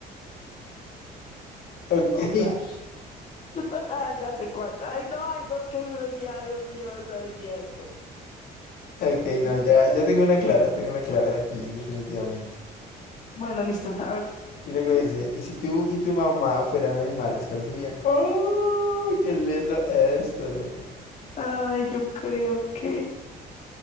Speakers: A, on the left; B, on the left.
A: ok,
B: Oh, God.
A: <laughs>
B: <laughs> Ah, Ya sé cuál. Ay, no, hay dos que yo diría, Dios mío, no diría esto.
A: ok, no,
B: Ya.
A: ya, ya tengo una clara, tengo una clara aquí, definitivamente.
B: Bueno, listo. A ver,
A: Y luego dice, ¿y si tú y tu mamá fueran animales, cuáles serían? ¡Oh! ¡Qué lindo esto!
B: Ay, yo creo que,